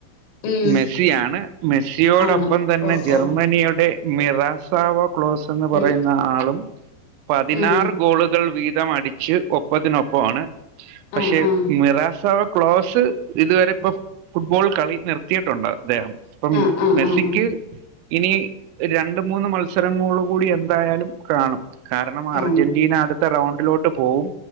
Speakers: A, on the left (about 85°); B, on the right (about 85°).
A: ഉം
B: മെസ്സിയാണ് മെസ്സിയോടൊപ്പം
A: ആണ്
B: തന്നെ
A: ഓ
B: ജർമ്മനിയുടെ
A: ഓ
B: മിറസാവോ ക്ലോസ്. <unintelligible> ന്ന് പറയുന്ന
A: ഉം
B: ആളും. പതിനാറ്
A: ഉം
B: ഗോളുകൾ വീതം അടിച്ച് ഒപ്പതിനൊപ്പമാണ്. പക്ഷേ
A: ആഹ് ആഹ്
B: മിറാസാവ ക്ലോസ് ഇതുവരെ ഇപ്പൊ ഫുട്ബോൾ കളി നിർ ത്തിയിട്ടുണ്ട് അദ്ദേഹം അപ്പം
A: ആഹ് ആഹ്
B: മെസ്സിക്ക്.
A: ആഹ് ആഹ്
B: ഇനി രണ്ട് മൂന്ന് മത്സരങ്ങള് കൂടി എന്തായാലും കാണും. കാരണം
A: കാണും
B: അർജെന്റീന അട്ത്ത റൗണ്ടിലോട്ട് പോവും